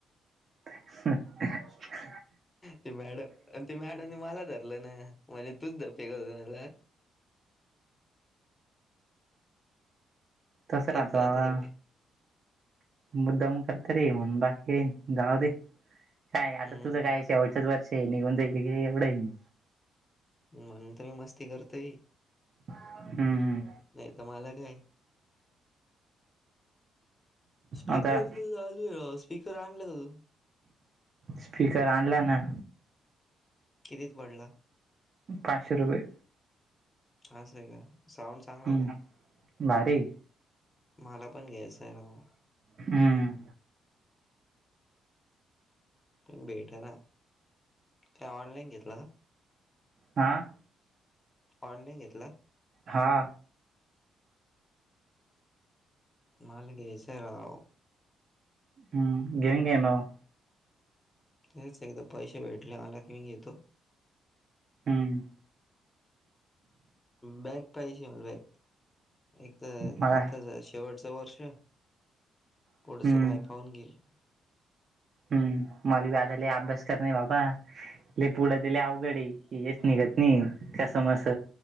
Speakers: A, on the right (about 50°); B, on the left (about 25°).
A: हम
B: ते मॅडम आणि ते मॅडमने मला धरलं ना म्हणजे तूच डबे फेकत होता म्हणलं हा
A: तस राहतो
B: एका
A: बावा
B: याच्यासाठी
A: मुद्दामहून करता रे <unintelligible> बाकी काही जाऊ दे काय
B: हम्म
A: आता तुझं काय शेवटंचच वर्ष आहे निघून जाईल ते काय एवढं आहे
B: म्हणून तर मी मस्ती करतोय
A: हम्म हम्म
B: नाही तर मला काय स्पीकरच
A: आता
B: चालू आहे राव स्पीकर आणला का तू
A: स्पीकर आणला ना
B: कितीत पडला
A: पाचशे रुपये
B: आस का साऊंड चांगला
A: हम्म
B: आहे का
A: भारी
B: मला पण घ्यायचं आहे भो
A: हम्म
B: पण भेट ना काय ऑनलाईन घेतलं ना
A: आ
B: ऑनलाईन घेतला
A: हा
B: मला घ्यायचाय राव
A: हम्म घेऊन घे मग
B: तेच एकदा पैसे भेटले माला कि म घेतो
A: हम्म
B: बॅग पाहिजे मला बॅग एक तर
A: मला
B: आताच शेवट शेवटचचं वर्ष पुढचं
A: हम्म
B: काय पाहून घेईल
A: हम्म मला आज माले लई अभ्यास करणय बाबा पुढ तर लइ अवघड हे हेच निघत नाही कस मस